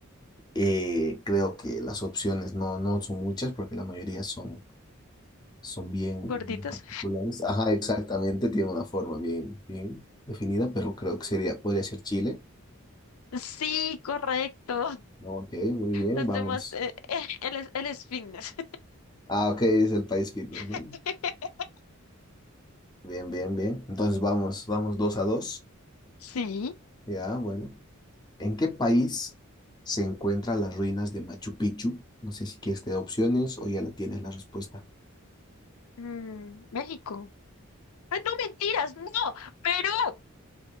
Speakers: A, on the left; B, on the left.
A: Eh, creo que las opciones no, no son muchas porque la mayoría son, son bien
B: ¿Gorditos?
A: particulares. Ajá, exactamente, tiene una forma bien, bien definida, pero creo que sería, podría ser Chile.
B: Sí, correcto.
A: No, ok, muy bien,
B: Los
A: vamos.
B: demás, eh, eh, él es, él es fitness.
A: Ah, ok, es el país fitness, ¿no?
B: <laughs>
A: Bien, bien, bien. Entonces vamos, vamos dos a dos.
B: Sí.
A: Ya, bueno. ¿En qué país se encuentran las ruinas de Machu Picchu? No sé si quieres te doy opciones o ya la tienes la respuesta.
B: Mm, México. Ay, no mentiras, no, Perú.